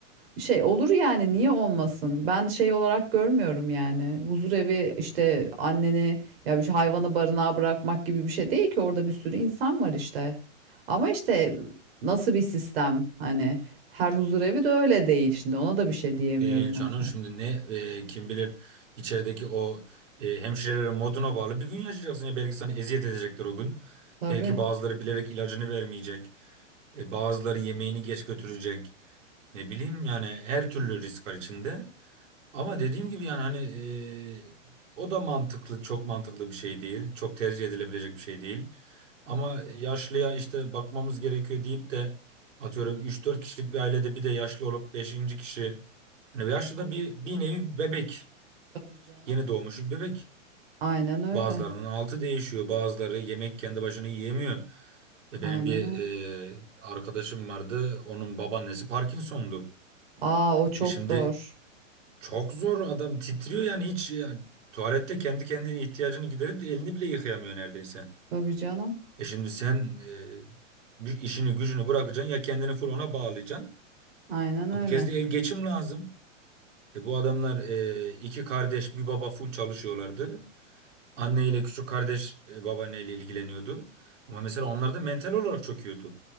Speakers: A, on the right; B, on the right.
A: şey olur yani niye olmasın? Ben şey olarak görmüyorum yani. Huzur evi işte anneni ya bir şey- hayvanı barınağa bırakmak gibi bir şey değil ki orada bir sürü insan var işte. Ama işte nasıl bir sistem hani her huzur evi de öyle değil şimdi ona da bir şey diyemiyorum
B: Değil canım
A: o yüzden.
B: şimdi ne e, kim bilir içerideki o e, hemşirelerin moduna bağlı bir gün yaşayacaksın ya belki sana eziyet edecekler o gün.
A: Tabii.
B: Belki bazıları bilerek ilacını vermeyecek. E, bazıları yemeğini geç götürecek. Ne bileyim yani her türlü risk var içinde. Ama dediğim gibi yani hani e, o da mantıklı, çok mantıklı bir şey değil. Çok tercih edilebilecek bir şey değil. Ama yaşlıya işte bakmamız gerekiyor deyip de atıyorum üç dört kişilik bir ailede bir de yaşlı olup beşinci kişi. Hani yaşlı da bir, bir nevi bir bebek.
A: Tabii canım.
B: Yeni doğmuş bir bebek.
A: Aynen öyle.
B: Bazılarının altı değişiyor. Bazıları yemek kendi başına yiyemiyor. Ya benim
A: Aynen
B: bir
A: öyle.
B: e, arkadaşım vardı. Onun babaannesi Parkinson'du.
A: Aa o çok
B: E şimdi
A: zor.
B: çok zor adam titriyor yani hiç yani, tuvalette kendi kendine ihtiyacını giderip de elini bile yıkayamıyor neredeyse.
A: Tabii canım.
B: E şimdi sen e, bir işini gücünü bırakacaksın ya kendini full ona bağlayacaksın.
A: Aynen öyle.
B: E bu kez de ev geçim lazım. E bu adamlar e, iki kardeş bir baba full çalışıyorlardı. Anne ile küçük kardeş e, babaanneyle ilgileniyordu. Ama mesela onlar da mental olarak çöküyordu.